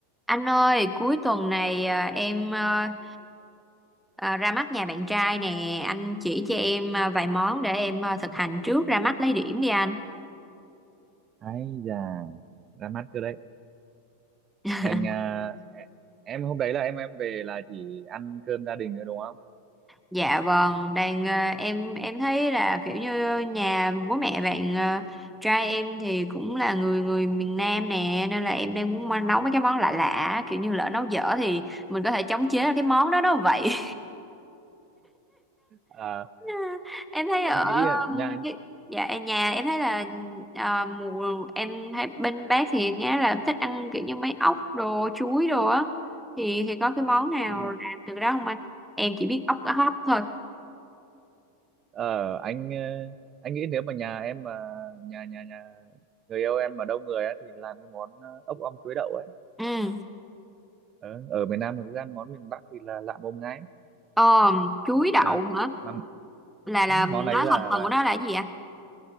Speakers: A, in the centre; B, on the right (about 30°).
A: Anh ơi, cuối tuần này à, em à, à, ra mắt nhà bạn trai nè, anh chỉ cho em à, vài món để em à, thực hành trước ra mắt lấy điểm đi anh.
B: ấy già ra mắt cơ đấy
A: <laughs>
B: anh à, em hôm đấy là em em về là chỉ ăn cơm gia đình nữa đúng không
A: Dạ vâng, đang à, em em thấy là kiểu như nhà bố mẹ bạn à, trai em thì cũng là người người miền Nam nè, nên là em đang muốn nấu mấy cái món lạ lạ, kiểu như lỡ nấu dở thì mình có thể chống chế cái món đó đó vậy.
B: à,
A: <laughs> em thấy
B: anh
A: ở
B: nghĩ là nhà
A: um, cái- dạ em nhà em thấy là à, mùa em thấy bên bác thì nghe là thích ăn kiểu như mấy ốc đồ chuối đồ á thì thì có cái món nào
B: ờ
A: làm từ đó không anh em chỉ biết ốc cá hấp thôi
B: ờ, anh ờ, anh nghĩ nếu mà nhà em mà nhà nhà nhà người yêu em mà đông người á thì làm cái món ờ, ốc om chuối đậu ấy
A: ừ
B: Ờ, ở miền Nam mà cứ ăn món miền Bắc thì là lạ mồm ngay
A: ờ, chuối đậu
B: mà
A: hả
B: mà
A: là là nói
B: món ấy là
A: thành phần
B: là
A: của nó là cái gì ạ